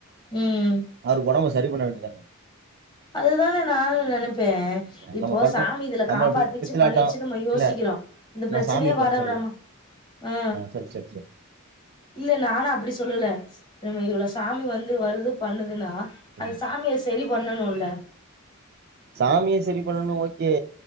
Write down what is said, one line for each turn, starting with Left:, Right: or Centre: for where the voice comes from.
Left: ம்
Right: ஆறு கொடோ வெச் சரி பண்ண வேண்டிதானே
Left: அதுதானே நானோ நெனைச் ப்பேன் இப்போ
Right: நம்ம பண்ற
Left: சாமி இதுல
Right: நம்ம
Left: காப்பாத்திச்சு
Right: பித்திலாட்டம்
Left: பண்ணிருச்சுனு நாம யோசிக்கிற
Right: இல்ல
Left: அந்த பிரச்சனையே
Right: நான் சாமியை குறை
Left: வர
Right: சொல்லுவேன்
Left: விடாமா ஆ
Right: சொல்லு சொல்லு சொல்லு
Left: இல்ல நானோ அப்டி சொல்லல நம இவ்வளவு சாமி வந்து வருது பண்ணுதுன்னா அந்த
Right: ம்.
Left: சாமிய சரி பண்ணனோ பண்ணோல
Right: சாமிய சரி பண்ணனும் ஓகே